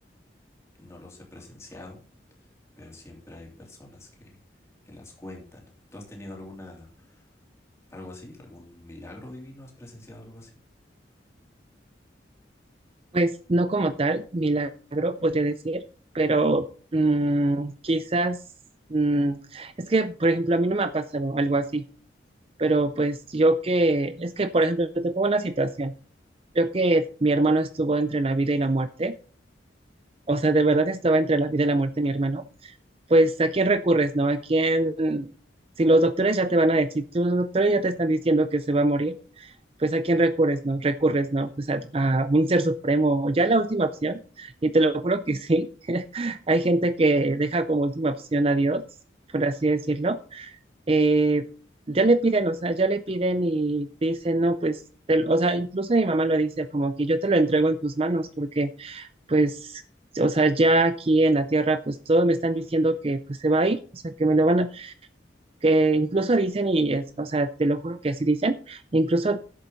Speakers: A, on the left (about 15°); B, on the right (about 30°).
A: no los he presenciado pero siempre hay personas que, que las cuentan. ¿Tú has tenido alguna, algo así? ¿Algún milagro divino? ¿Has presenciado algo así?
B: Pues no como tal, milagro, podría decir, pero mm, quizás, mm, es que, por ejemplo, a mí no me ha pasado algo así, pero pues yo que, es que, por ejemplo, te pongo una situación. Yo que mi hermano estuvo entre la vida y la muerte, o sea, de verdad estaba entre la vida y la muerte mi hermano pues ¿a quién recurres, no? ¿A quién? Si los doctores ya te van a decir, si los doctores ya te están diciendo que se va a morir, pues ¿a quién recurres, no? Recurres, ¿no? Pues a, a un ser supremo, o ya la última opción, y te lo juro que sí, <laughs> hay gente que deja como última opción a Dios, por así decirlo. Eh, ya le piden, o sea, ya le piden y dicen, no, pues, te, lo- o sea, incluso mi mamá lo dice, como que yo te lo entrego en tus manos, porque pues, o sea, ya aquí en la tierra, pues todos me están diciendo que pues se va a ir, o sea, que me lo van a, que incluso dicen y, es- o sea, te lo juro que así dicen, incluso